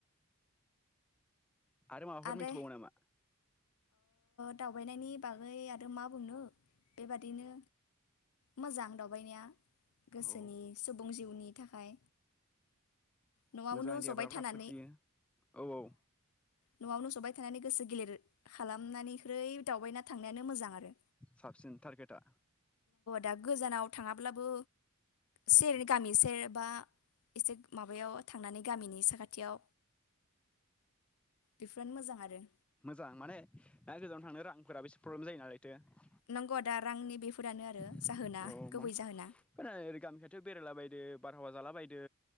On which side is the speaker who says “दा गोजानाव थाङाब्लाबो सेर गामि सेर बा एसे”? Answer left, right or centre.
Left